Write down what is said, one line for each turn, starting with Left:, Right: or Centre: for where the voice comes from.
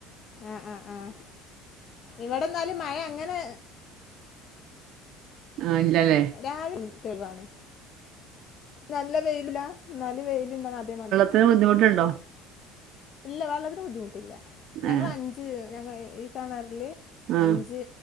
Left: ആഹ് ആഹ് ആഹ് ഇവിടെന്നാലും മഴ അങ്ങനെ
Right: ആഹ് ഇല്ലല്ലെ
Left: രാവിലെ തെളിവാണ് നല്ല വെയിലില്ലാ ന്നാല് വെയില്ണ്ട് അതേമാതി.
Right: ന്തേലും ബുദ്ധിമുട്ടുണ്ടൊ?
Left: ല്ല. വെള്ളത്തിന് ബുദ്ധിമുട്ടില്ല ഞങ്ങള്
Right: ഏഹ്
Left: അഞ്ച് ഞങ്ങ ഈ കാണുന്ന കെണറ്റില്
Right: ആഹ്
Left: അഞ്ച്